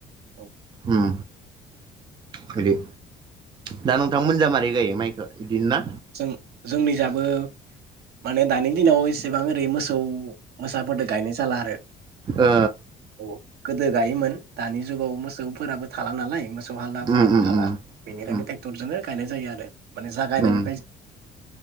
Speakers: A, on the right (about 70°); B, on the right (about 25°).
A: औ
B: उम बिदि दा नोंथां मोननिजा मारै गायो माइखो गदिनो ना?
A: जों जोंनि जाबो माने दानि दिनाव एसेबां ओरै मोसौ मोसाफोरदो गायनाय जाला आरो
B: ओ
A: औ गोदो गायोमोन दानि जुगाव मोसौफोराबो थाला नालाय मोसौ हालाफोराबो
B: उम उम
A: थाला
B: उम
A: बेनिखायनो
B: उम
A: टेक्टरजोनो गायनाय जायो आरो माने जागायनायनि
B: उम